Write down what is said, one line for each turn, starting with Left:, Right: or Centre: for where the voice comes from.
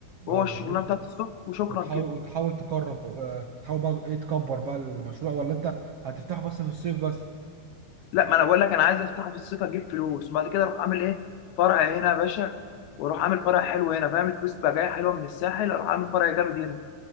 Left: وهو
Right: ايوه
Left: الشغلانه
Right: وت-
Left: بتاعت الصبح وشكرا
Right: وتحاول
Left: كده
Right: وتحاول تقرب آه، تحاول بقى ايه تكبر بقى المشروع ولا انت هتفتحه بس في الصيف بس
Left: لا ما انا بقول لك انا عايز افتحه في الصيف اجيب فلوس وبعد كده اروح عامل ايه فرع هنا يا باشا واروح عامل فرع حلو هنا فاهم الفلوس تبقى جايه حلوه من الساحل اروح عامل فرع جامد هنا